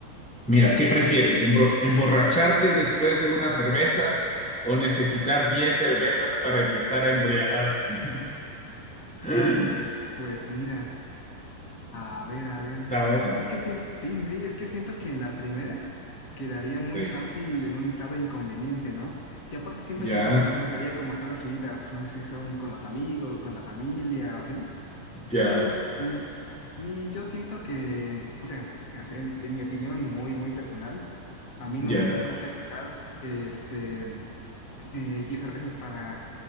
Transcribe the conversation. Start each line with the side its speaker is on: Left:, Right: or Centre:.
Centre: mira, ¿qué prefieres? ¿Embro- ¿Emborracharte después de una cerveza o necesitar 10 cervezas para empezar a embriagarte? <laughs>
Left: Uf, pues mira, a ver, a ver.
Centre: Está buena.
Left: Es que siento, sí, sí, sí, es que siento que en la primera quedaría muy
Centre: Sí.
Left: fácil en un estado inconveniente, ¿no? Y aparte siento
Centre: Ya,
Left: que no disfrutaría como tal la salida, pues no sé si son con los amigos, con la familia o así,
Centre: ya,
Left: pero mm, sí, yo siento que, o sea, así en en mi opinión muy, muy personal, a mí
Centre: ya,
Left: no me hacen falta quizás, este... eh, 10 cervezas para,